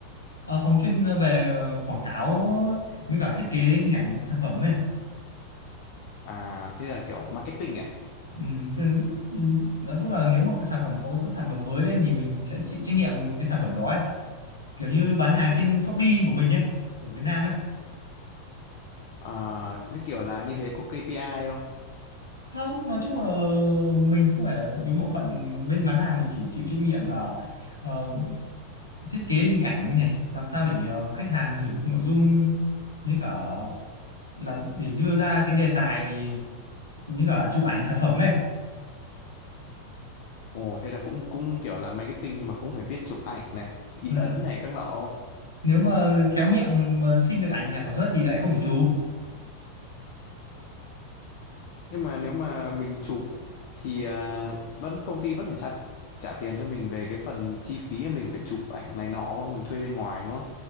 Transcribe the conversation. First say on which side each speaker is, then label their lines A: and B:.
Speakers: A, on the left; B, on the left.
A: Ờ, phòng chuyên về ờ, quảng cáo với cả thiết kế hình ảnh sản phẩm này
B: À thế là kiểu marketing à?
A: Ừ, cái- nhưng nói chung là nếu mà cái sản phẩm có cái sản phẩm mới lên thì mình sẽ chịu trách nhiệm cái sản phẩm đó ấy kiểu như bán hàng trên Shopee của mình ấy ở Việt Nam ấy
B: À thế kiểu làm như thế có KPI không?
A: không nói chung là mình không phải là cái bộ phận bên bán hàng mình chỉ chịu trách nhiệm là ờ, thiết kế hình ảnh này làm sao để ờ, khách hàng hiểu được nội dung với cả làm để đưa ra cái đề tài như cả chụp ảnh sản phẩm ấy
B: Ồ thế là cũng cũng kiểu làm marketing nhưng mà cũng phải biết chụp ảnh này, in
A: ừ.
B: ấn này các nọ.
A: nếu mà khéo miệng mà xin được ảnh nhà sản xuất thì lại không phải chụp
B: Nhưng mà nếu mà mình chụp thì à, vẫn công ty vẫn phải trả trả tiền cho mình về cái phần chi phí mà mình phải chụp ảnh này nọ đúng không? Mình thuê bên ngoài đúng không?